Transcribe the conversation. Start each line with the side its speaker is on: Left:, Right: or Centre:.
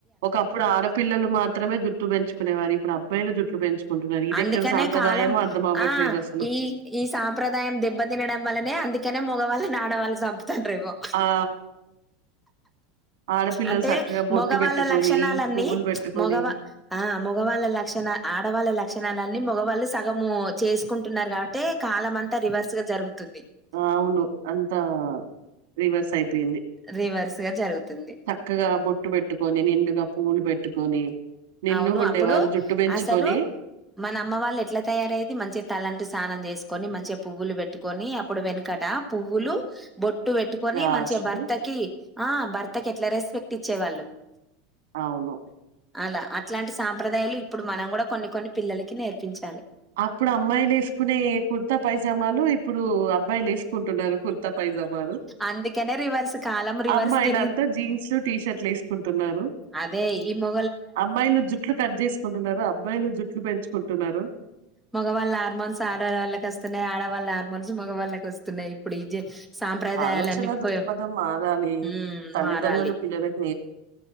Right: ఒకప్పుడు ఆడపిల్లలు మాత్రమే జుట్టు పెంచుకునేవారు ఇప్పుడు అబ్బాయిలు జుట్లు పెంచు ఉంటున్నారు ఇది
Centre: అందుకనే
Right: ఎక్కడ సాంప్రదాయమో
Centre: కాలం
Right: అర్థమవ్వట్లేదు
Centre: ఆ
Right: అసలు
Centre: ఈ ఈ సాంప్రదాయం దెబ్బ తినడం వల్లనే అందుకనే మగవాళ్ళని ఆడవాళ్ళు సంపుతాండ్రు ఎగో
Right: ఆ ఆ ఆడపిల్లలు
Centre: అంటే
Right: చక్కగా బొట్టు
Centre: మగవాళ్ళ
Right: పెట్టుకొని,
Centre: లక్షణాలన్నీ
Right: పువ్వులు పెట్టుకొని
Centre: మగవా ఆ మగవాళ్ళ లక్షణ ఆడవాళ్ళ లక్షణాలన్నీ మగవాళ్ళు సగము చేసుకుంటున్నారు కాబట్టే కాలమంతా రివర్స్‌గా జరుగుతుంది
Right: అవును అంతా రివర్స్ అయిపోయింది
Centre: రివర్స్‌గా జరుగుతుంది
Right: చక్కగా బొట్టు పెట్టుకొని నిండుగా పూవులు పెట్టుకొని నిండుగా
Centre: అవును
Right: ఉండేవారు
Centre: అప్పుడు
Right: జుట్టు పెంచుకొని
Centre: అసలు మన అమ్మ వాళ్ళు ఎట్లా తయారయ్యేది మంచిగా తలంటు సానం చేసుకుని మంచిగా పువ్వులు పెట్టుకొని అప్పుడు వెనకట పువ్వులు బొట్టు పెట్టుకొని
Right: గాజులు
Centre: మంచిగా భర్తకి ఆ భర్తకి ఎట్లా రెస్పెక్ట్ ఇచ్చేవాళ్ళు
Right: అవును
Centre: అలా అట్లాంటి సాంప్రదాయాలు ఇప్పుడు మనం కూడా కొన్ని కొన్ని పిల్లలకి నేర్పించాలి
Right: అప్పుడు అమ్మాయిలు ఎసుకునే కుర్తా పైజామాలు ఇప్పుడు అబ్బాయిలు ఏసుకుంటున్నారు కుర్తా పైజామాలు
Centre: అందుకనే రివర్స్ కాలం రివర్స్
Right: అమ్మాయిలంతా
Centre: తిరిగింది
Right: జీన్స్‌లు టీషర్ట్లు ఏసుకుంటున్నారు
Centre: అదే ఈ మొ
Right: అమ్మాయిలు జుట్లు కట్ చేసుకుంటున్నారు అబ్బాయిలు జుట్లు పెంచుకుంటున్నారు
Centre: మగవాళ్ళ ఆర్మోన్స్ ఆడవాళ్ళకి వస్తున్నాయి ఆడవాళ్ళ ఆర్మోన్స్ మగవాళ్ళకి వస్తున్నాయి ఇప్పుడు ఇ జ సాంప్రదాయాలన్నీ
Right: ఆలోచన దృక్పథం
Centre: పో
Right: మారాలి
Centre: ఉమ్మ్
Right: తల్లిదండ్రులు
Centre: మారాలి
Right: పిల్లలకు